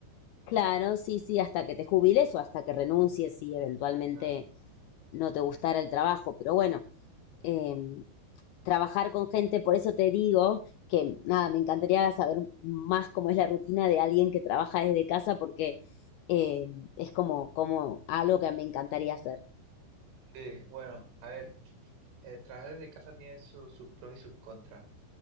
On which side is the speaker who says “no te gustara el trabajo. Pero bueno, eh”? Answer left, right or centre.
Left